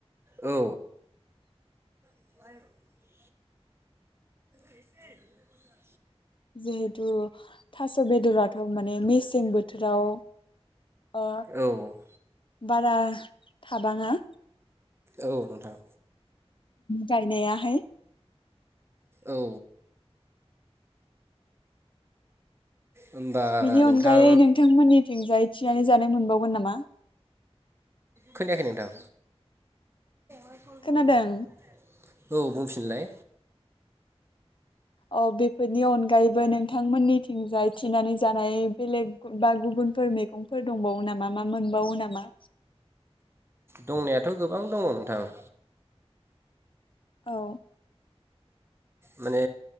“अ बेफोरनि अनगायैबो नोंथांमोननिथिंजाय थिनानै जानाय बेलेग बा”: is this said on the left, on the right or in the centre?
Left